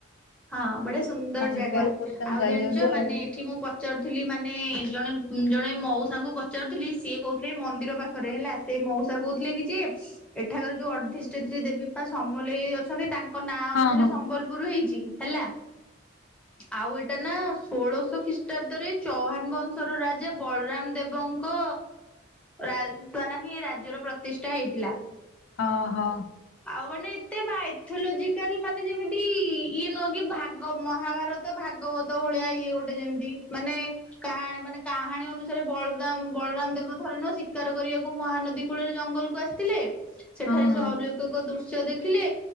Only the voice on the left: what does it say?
ସମ୍ବଲପୁରୀ
ତାଙ୍କୁ
ଗାଇଛନ୍ତି
ଆଉ।
ହଁ
ଓହୋ।
ଓହୋ